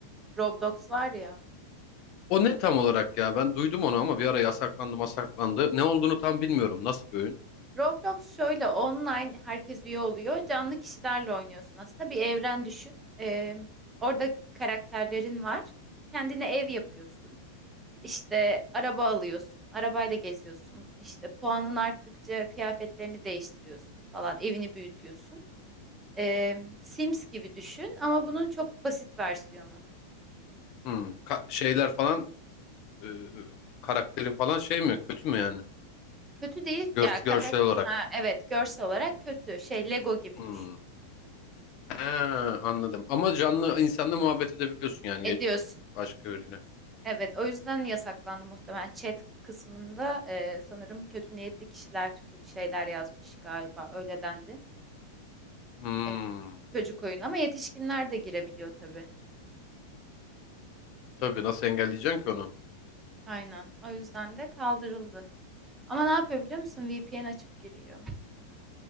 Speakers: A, on the right; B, on the left.
A: Roblox var ya.
B: O ne tam olarak ya? Ben duydum onu ama bir ara yasaklandı masaklandı. Ne olduğunu tam bilmiyorum. Nasıl bir oyun?
A: Roblox şöyle online herkes üye oluyor. Canlı kişilerle oynuyorsun aslında. Bir evren düşün. Ee, orada karakterlerin var. Kendine ev yapıyorsun. İşte araba alıyorsun. Arabayla geziyorsun. İşte puanın arttıkça kıyafetlerini değiştiriyorsun falan. Evini büyütüyorsun. Ee, Sims gibi düşün ama bunun çok basit versiyonu.
B: Hmm. Ka- şeyler falan e, karakterin falan şey mi? Kötü mü yani?
A: Kötü değil
B: Gör-
A: ya karakter.
B: görsel olarak.
A: evet görsel olarak kötü. Şey Lego gibi
B: Hmm.
A: düşün.
B: He, anladım. Ama canlı insanla muhabbet edebiliyorsun yani
A: Ediyorsun.
B: başka biriyle.
A: Evet, o yüzden yasaklandı muhtemelen. Chat kısmında e, sanırım kötü niyetli kişiler kötü şeyler yazmış galiba. Öyle dendi.
B: Hmm.
A: E, çocuk oyunu ama yetişkinler de girebiliyor tabii.
B: Tabii nasıl engelleyeceksin ki onu?
A: Aynen. O yüzden de kaldırıldı. Ama ne yapıyor biliyor musun? VPN açıp giriyor.